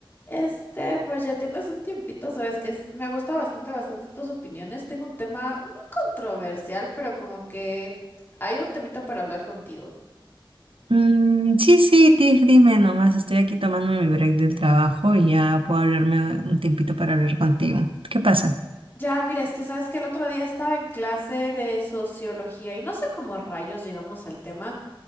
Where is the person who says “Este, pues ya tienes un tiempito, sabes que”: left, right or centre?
Left